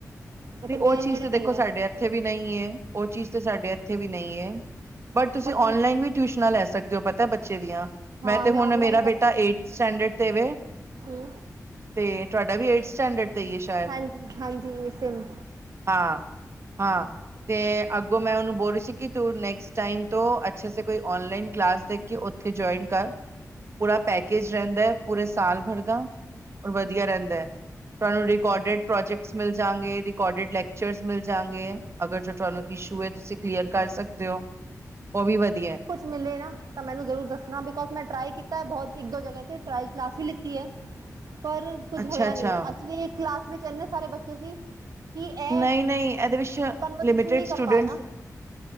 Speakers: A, on the right (about 85°); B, on the right (about 45°).
A: ਇੱਥੇ
B: ਵੀ
A: ਮੇਰੇ
B: ਉਹ
A: ਨੇੜੇ
B: ਚੀਜ਼ ਤੇ
A: ਨਹੀਂ
B: ਦੇਖੋ
A: ਹੈ
B: ਸਾਡੇ ਇੱਥੇ ਵੀ ਨਹੀਂ ਹੈ, ਉਹ ਚੀਜ਼ ਤੇ ਸਾਡੇ ਇੱਥੇ ਵੀ ਨਹੀਂ ਹੈ। ਬਟ ਤੁਸੀਂ
A: ਪਰ ਕੀ
B: ਔਨਲਾਈਨ ਵੀ ਟਿਊਸ਼ਨਾਂ ਲੈ ਸਕਦੇ ਹੋ ਪਤਾ ਬੱਚੇ ਦੀਆਂ
A: ਹਾਂ
B: ਮੈਂ ਤੇ ਹੁਣ
A: ਔਨਲਾਈਨ
B: ਮੇਰਾ
A: ਦਾ
B: ਬੇਟਾ ਏ ਸਟੈਂਡਰਡ ਤੇ ਵ
A: ਹੂੰ
B: ਤੇ ਤੁਹਾਡਾ ਵੀ ਏਥ ਸਟੈਂਡਰਡ ਤੇ ਹੀ ਹੈ ਸ਼ਾਇਦ
A: ਹਾਂਜੀ -ਹਾਂਜੀ ਇਹ ਸਿਮ
B: ਹਾਂ- ਹਾਂ। ਤੇ ਅੱਗੋਂ ਮੈਂ ਉਹਨੂੰ ਬੋਲ ਰਹੀ ਸੀ ਕਿ ਤੂੰ ਨੈਕਸਟ ਟਾਈਮ ਤੋਂ ਅੱਛੇ ਸ ਕੋਈ ਆਨਲਾਈਨ ਕਲਾਸ ਦੇਖ ਉੱਥੇ ਜੁਆਇਨ ਕਰ ਪੂਰਾ ਪੈਕੇਜ ਰਹਿੰਦਾ ਹੈ ਪੂਰੇ ਸਾਲ ਭਰ ਦਾ ਰ ਵਧੀਆ ਰਹਿੰਦਾ ਹੈ ਤੁਹਾਨੂੰ ਰਿਕੋਡਡ ਪ੍ਰੋਜੈਕਟਸ ਮਿਲ ਜਾਗੇ ਡਿਡ ਲੈਕਚਰਸ ਮਿਲ ਜਾਂਗੇ ਅਗਰ ਜੋ ਤੁਹਾਨੂੰ ਇਸ਼ੂ ਹੈ ਤੁਸੀਂ ਕਲੀਅਰ ਕਰ ਸਕਦੇ ਹੋ ਉਹ ਵੀ ਵਧੀਆ ਹੈ।
A: ਮਲੇ ਨਾ ਮੈਨੂੰਰ ਦ ਬੋ ਮ ਟ ਕੀਤਾ ਬਹੁਤ ਇੱਕ ਦੋ ਜ ਟਲ ਕਲਾਸ ਲਤੀ ਆ। ਪਰ ਕੁੱਝ
B: ਅੱਛਾ
A: ਹੋਇਆ
B: ਅੱਛਾ
A: ਨੀ ਐਕਚੁਲੀ ਕਲਾਸ ਵਿੱਚ ਇੰਨੇ ਸਾਰੇ ਬੱਚੇ ਸੀ ਕਿ ਇਹ
B: ਨਹੀਂ- ਨਹੀਂ ਇਹਦੇ ਵਿੱਚ
A: ਕਨਵਰਜੇਸ਼ਨ
B: ਲਿਮਟਡ
A: ਨਹੀਂ ਕਰ
B: ਟੂਡਦੇ
A: ਪਾਏ ਨਾ